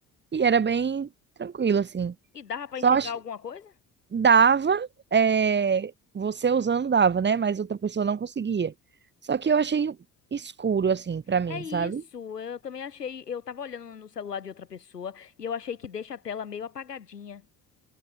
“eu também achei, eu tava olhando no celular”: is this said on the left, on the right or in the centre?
Left